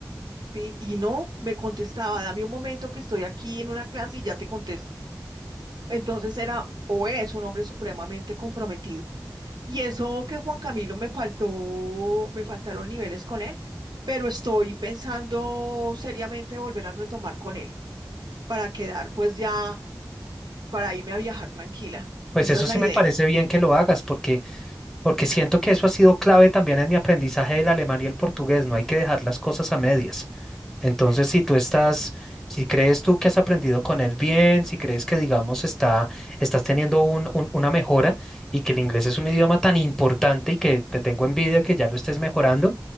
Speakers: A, on the right (about 75°); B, in the centre.
A: Sí, y no me contestaba, dame un momento que estoy aquí en una clase y ya te contesto. Entonces era o es un hombre supremamente comprometido. Y eso que Juan Camilo me faltó, me faltaron niveles con él, pero estoy pensando seriamente volver a retomar con él para quedar pues ya, para irme a viajar tranquila.
B: Pues
A: Esa
B: eso
A: es la
B: sí
A: idea.
B: me parece bien que lo hagas, porque, porque siento que eso ha sido clave también en mi aprendizaje del alemán y el portugués. No hay que dejar las cosas a medias. Entonces, si tú estás, si crees tú que has aprendido con él bien, si crees que, digamos, está, estás teniendo un- un- una mejora y que el inglés es un idioma tan importante y que te tengo envidia que ya lo estés mejorando,